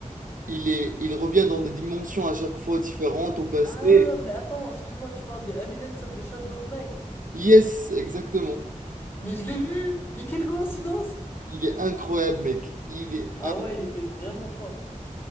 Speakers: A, on the right; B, on the left.
A: il est, il revient dans des dimensions à chaque fois différentes au passé.
B: Ah, mais attends, excuse-moi, tu parles de Eminence of the Shadow of Night.
A: Yes, exactement.
B: Mais je l'ai vu! Mais quelle coïncidence!
A: Il est incroyable, mec. Il est,
B: Ah
A: in-
B: ouais, il était vraiment fort.